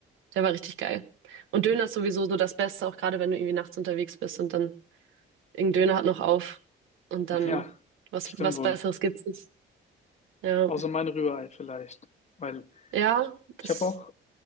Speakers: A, on the right (about 80°); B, on the left (about 35°).
A: Der war richtig geil. Und Döner ist sowieso so das Beste, auch gerade wenn du irgendwie nachts unterwegs bist und dann irgendein Döner hat noch auf und dann
B: Ja,
A: was,
B: stimmt
A: was
B: wohl.
A: Besseres gibt's nicht. Ja,
B: Außer mein Rührei vielleicht. Weil
A: ja, das.
B: ich habe auch